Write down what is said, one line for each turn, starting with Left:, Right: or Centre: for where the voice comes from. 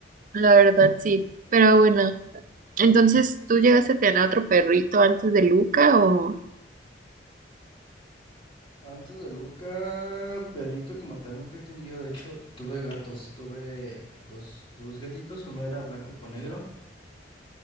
Right: la verdad sí. Pero bueno. Entonces, ¿tú llegaste a tener otro perrito antes de Luca o...?
Left: Antes de Luca, perrito como tal nunca he tenido. De hecho, tuve gatos, tuve dos, dos gatitos, uno era blanco con negro,